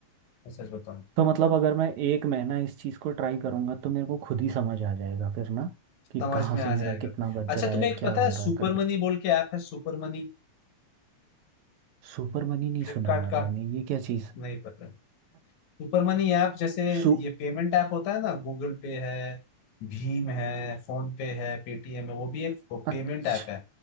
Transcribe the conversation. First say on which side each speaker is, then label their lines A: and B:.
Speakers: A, on the left; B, on the right.
A: मैं सच बताऊं
B: तो मतलब अगर मैं एक महीना इस चीज़ को ट्राई करूंगा तो मेरे को खुद ही समझ आ जाएगा फिर ना कि
A: समझ
B: कहाँ
A: में
B: से
A: आ
B: मेरा
A: जाएगा
B: कितना बच
A: अच्छा
B: रहा
A: तुम्हें
B: है
A: एक
B: क्या
A: पता
B: हो
A: है
B: रहा
A: सुपर
B: है करके
A: मनी बोल के ऐप है सुपर मनी
B: सुपर मनी नहीं
A: फ्लिपकार्ट
B: सुना यार
A: का
B: मैंने ये क्या चीज़
A: नहीं पता सुपर मनी ऐप जैसे
B: सु
A: ये पेमेंट ऐप होता है ना गूगल पे है भीम है फोन पे है पेटीएम है वो भी एक पेमेंट
B: अच्छा
A: ऐप है